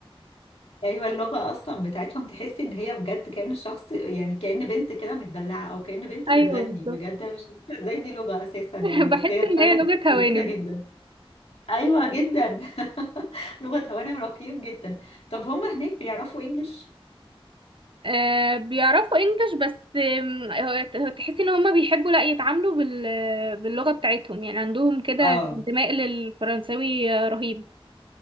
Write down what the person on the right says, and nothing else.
ايوه بالظبط
<laughs>
بحس
ان هي لغة
هوانم
آه بيعرفوا انجلش بس آم، هو- تحسي ان هما بيحبوا لا يتعاملوا بال باللغة بتاعتهم يعني عندهم كده
انتماء للفرنساوي آه، رهيب